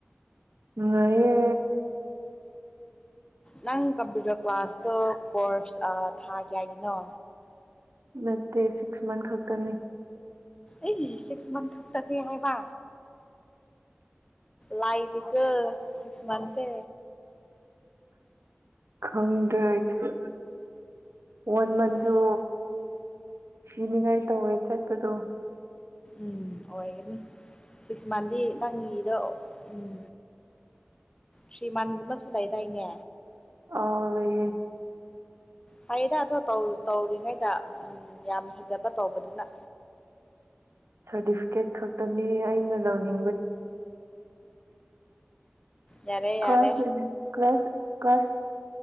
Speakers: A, on the right; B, on the left.
A: ꯑꯑꯌꯦ
B: ꯅꯪ ꯀꯝꯄ꯭ꯌꯨꯇꯔ ꯀ꯭ꯂꯥꯁꯇꯣ ꯀꯣꯔꯁ ꯊꯥ ꯀꯌꯥꯒꯤꯅꯣ
A: ꯅꯠꯇ ꯁꯤꯛꯁ ꯃꯟꯊ ꯈꯛꯇꯔꯅꯤ
B: ꯑꯩ ꯁꯤꯛꯁ ꯃꯟ ꯈꯛꯇꯅꯤ ꯍꯥꯏꯕ ꯂꯥꯏꯗꯤꯒ ꯁꯤꯛꯁ ꯃꯟꯁꯦ
A: ꯈꯣꯡꯗꯔꯁꯤ ꯋꯥꯟ ꯃꯟꯊꯁꯨ
B: ꯁꯤꯛꯁ
A: ꯁꯤꯤꯃꯤꯥꯏ ꯇꯧꯋꯦ ꯆꯠꯄꯗꯣ
B: ꯎꯝ ꯑꯣꯏꯒꯅꯤ ꯁꯤꯛꯁ ꯃꯟꯗꯤ ꯅꯪꯒꯤꯗ ꯎꯝ ꯊ꯭ꯔꯤ ꯃꯟꯒꯨꯝꯕꯁꯨ ꯂꯩꯗꯥꯏꯅꯦ
A: ꯑ ꯂꯩꯌꯦ
B: ꯍꯌꯦꯗ ꯑꯗꯣ ꯇꯧꯔꯤꯉꯩꯗ ꯎ ꯌꯥꯝ ꯐꯖꯕ ꯇꯧꯕꯗꯨꯅ
A: ꯁꯥꯔꯇꯤꯐꯤꯀꯦꯠ ꯈꯛꯇꯅꯤ ꯑꯩꯅ ꯂꯧꯅꯤ
B: ꯌꯥꯔꯦ
A: ꯀ꯭ꯂ
B: ꯌꯥꯔꯦ